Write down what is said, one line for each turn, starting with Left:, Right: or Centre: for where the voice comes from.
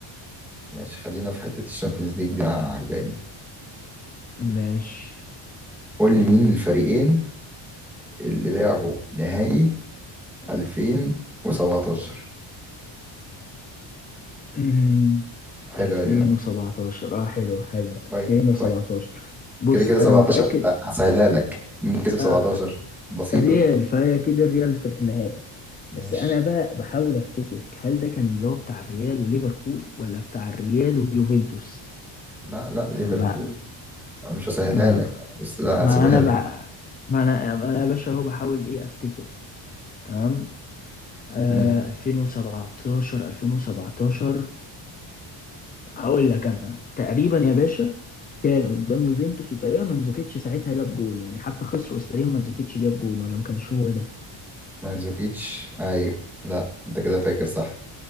Centre: ماشي خلينا في حته الشامبيونز ليج دي انا عجباني
Left: ماشي
Centre: قول لي مين الفريقين اللي لعبوا نهائي 2017
Left: <clears throat>
Centre: حلوة
Left: 2017
Centre: دي ها
Left: اه حلو حلو 2017
Centre: فاين فاين
Left: بص
Centre: كده كده 17
Left: انا متأكد
Centre: انت هسهلها لك مين كسب 17
Left: آه
Centre: بسيطة
Left: ريال
Centre: دي
Left: فهي كده الريال في النهائي
Centre: مش
Left: بس انا بقى بحاول افتكر هل ده كان اللي هو بتاع الريال وليفربول ولا بتاع الريال ويوفنتوس
Centre: لا لا ليفربول
Left: فانا بقى
Centre: مش هسهلها
Left: ما
Centre: لك
Left: انا
Centre: أنا بس لا
Left: ما
Centre: هسيبها
Left: انا
Centre: لك
Left: بح... ما انا ما انا يا باشا اهو بحاول ايه افتكر تمام آه
Centre: مم.
Left: 2017 2017 هقول لك انا تقريبا يا باشا كان قدام يوفنتوس وتقريبا منزوكيتش ساعتها جاب جون يعني حتى خسر بس تقريبا منزوكيتش جاب جون ولا ما كانش هو ده
Centre: مانزوكيتش ايوه لا انت كده فاكر صح